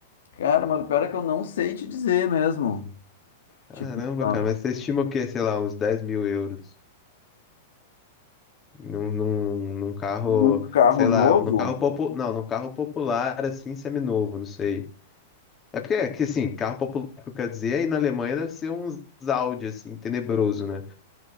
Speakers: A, on the left; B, on the left.
A: Cara, mas o pior é que eu não sei te dizer mesmo.
B: Caramba,
A: Tipo, ah,
B: cara, mas você estima o quê? Sei lá, uns 10 mil euros. Num, num, num carro,
A: num carro
B: sei
A: novo?
B: lá, num carro popular. Não, num carro popular, assim, seminovo, não sei. É porque, é que assim, carro popular que eu quero dizer, aí na Alemanha deve ser uns Audi, assim, tenebroso, né?